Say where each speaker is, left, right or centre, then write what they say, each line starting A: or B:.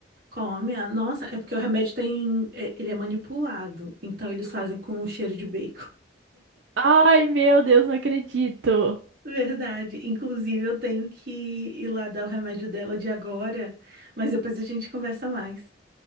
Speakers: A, on the right; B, on the right.
A: Come, ah, nossa, é porque o remédio tem, é- ele é manipulado, então eles fazem com o cheiro de bacon. <laughs>
B: Ai, meu Deus, não acredito.
A: Verdade. Inclusive, eu tenho que ir lá dar o remédio dela de agora, mas depois a gente conversa mais.